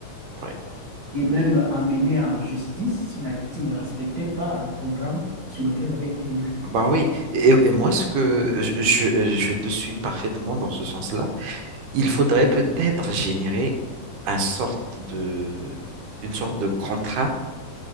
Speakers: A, on the right (about 80°); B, on the right (about 35°).
A: ouais.
B: et même euh, amenés en justice s'ils n'a- s'ils ne respectaient pas le programme sur lequel ils avaient été élus.
A: Bah oui. Et, et moi, ce que je, je- je te suis parfaitement dans ce sens-là, il faudrait peut-être générer un sorte de, une sorte de contrat